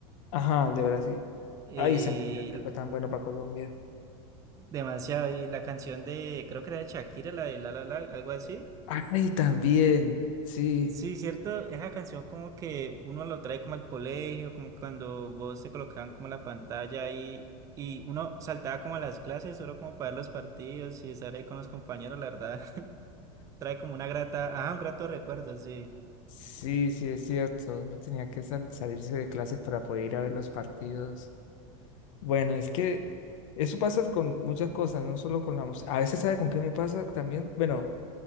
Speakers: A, on the left (about 75°); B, on the right (about 20°).
A: Ajá, el de Brasil.
B: Eh,
A: Ay, ese Mundial que
B: y l-
A: fue tan bueno para Colombia.
B: demasiado, y la canción de, creo que era de Shakira, la de La La La, algo así.
A: Ay, también, sí,
B: Sí, cierto, esa canción como que uno lo trae como al colegio, como cuando vos te colocaban como la pantalla ahí y uno saltaba como a las clases solo como para ver los partidos y estar ahí con los compañeros, la verdad, <laughs> trae como una grata, ajá, un grato recuerdo, sí.
A: sí, sí, es cierto, no tenía que sal- salirse de clases para poder ir a ver los partidos. Bueno, es que eso pasa con muchas cosas, no solo con la música. A veces, ¿sabe con qué me pasa también? Bueno,